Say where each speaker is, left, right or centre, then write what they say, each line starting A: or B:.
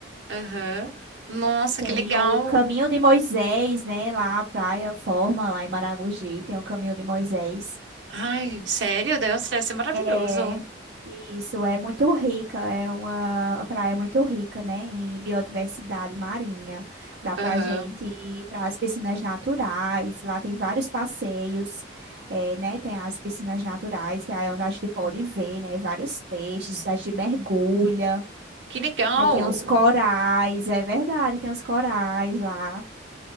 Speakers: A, on the right; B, on the right.
A: aham. Nossa,
B: Tem
A: que legal.
B: o Caminho de Moisés, né? Lá a praia forma lá em Maragogi, tem o Caminho de Moisés.
A: Ai, sério, Deus, deve ser maravilhoso.
B: É, isso é muito rica, é uma praia é muito rica, né, em biodiversidade marinha. Dá pra
A: Aham.
B: gente ir para as piscinas naturais, lá tem vários passeios, é, né, tem as piscinas naturais, que aí é onde a gente pode ver, né, vários peixes, a gente mergulha.
A: Que legal.
B: Aí tem os corais, é verdade, tem os corais lá.